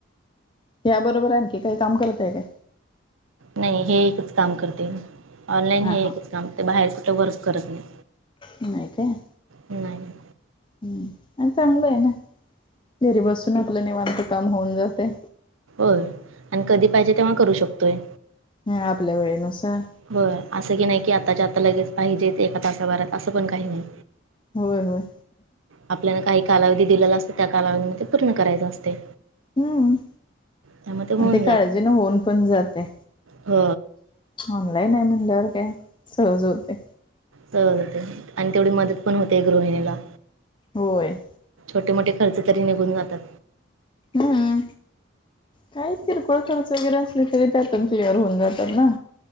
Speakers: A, on the left; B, on the right.
A: या बरोबर आहे आण की काही काम करताय काय?
B: नाही हे एकच काम करते ऑनलाईन
A: हा
B: हे
A: हा
B: एकच काम करते बाहेर कुठं वर्क करत नाही.
A: नाहीय काय?
B: नाही.
A: हम्म आणि चांगलं आहे ना? घरी बसून आपलं निवांत काम होऊन जाते.
B: हो आणि कधी पाहिजे तेव्हा करू शकतोय.
A: नाय आपल्या वेळेनुसार
B: होय असं की नाही की आताच्या आता लगेच पाहिजे एका तासाभरात असं पण काही नाही.
A: होय होय.
B: आपल्याला काही कालावधी दिलेला असतो त्या कालावधीमध्ये पूर्ण करायच असते.
A: हम्म
B: त्यामुळे होऊन
A: आणि ते काळजी न होऊन पण जातय.
B: अ
A: ऑनलाईन हाय म्हणल्यावर काय सहज होतय.
B: सहज होतय आणि तेवढी मदत पण होते गृहिणीला
A: होय.
B: छोटे मोठे खर्च तरी निघून जातात.
A: हूं काही किरकोळ खर्च वगैरे असले तरी ते पण क्लिअर होऊन जातात ना